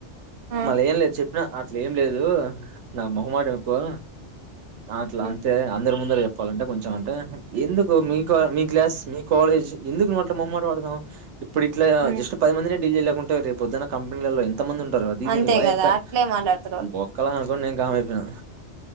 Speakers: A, on the right; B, on the right.
A: ఆ
B: మళ్ళ ఏం లేదు చెప్పిన అట్లా ఏం లేదు నాకు మొహమాటం ఎక్కువ అట్లా
A: మ్
B: అంతే అందరు ముందర చెప్పాలంటే కొంచెం ఎందుకు మీక మీ క్లాస్ మీ కాలేజ్ ఎందుకు నువట్ల మొహమాటం పడతన్నవ్ ఇప్పుడు ఇట్లా
A: మ్
B: జస్ట్ పది మందినే డీల్ చేయలేకుంటే రేపొదున్న కంపెనీలల్ల ఎ ఎంతమంది ఉంటారు అది ఇది
A: అంతే
B: ఓ
A: కదా
B: చెప్పా
A: అట్లే మాట్లాడతారు వాళ్ళు
B: బోక్కలా కొని నేను కామైయిపోయినా